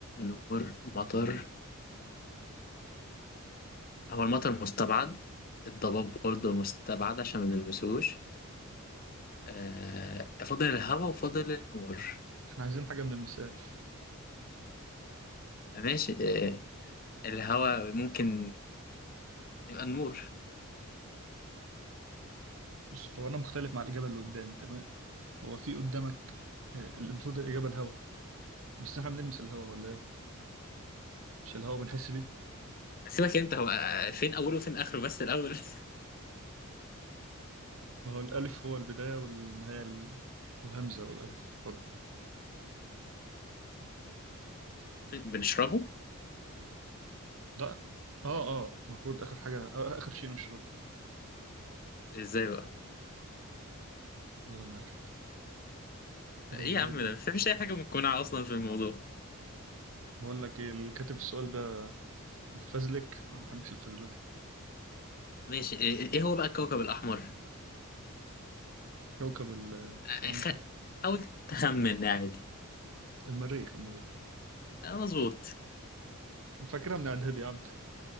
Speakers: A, on the left; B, on the right.
A: نور مطر هو المطر مستبعد الضباب برضه مستبعد عشان ما نلمسوش آه فاضل الهواء وفاضل النور
B: احنا عايزين حاجة من المساش
A: ماشي آه الهواء ممكن يبقى النور
B: بص هو أنا مختلف مع الإجابة اللي قدامي تمام هو في قدامك آه، المفروض الإجابة الهوا بس احنا بنلمس الهوا ولا ايه مش الهوا بنحس بيه
A: سيبك انت هو آه، فين اوله وفين اخره بس الاول <laughs>
B: ما هو الألف هو البداية والنهاية ال- الهمزة والألف برضه
A: فين بنشربه
B: لا اه اه المفروض آخر حاجة آه آخر شيء نشربه
A: ازاي بقى
B: والله ما عارف تلوث
A: ايه يا
B: غريب
A: عم
B: أوي
A: ده مفيش اي حاجه مقنعه اصلا في الموضوع
B: بقول لك ايه اللي كاتب السؤال ده بيفزلك أنا ما بحبش الفزلكة
A: ماشي ايه إيه هو بقى الكوكب الاحمر
B: كوكب ال- الثواني
A: أخ...
B: كده
A: حاول تخمن عادي
B: المريخ المريخ
A: اه مظبوط
B: فاكرها من إعدادي يا عم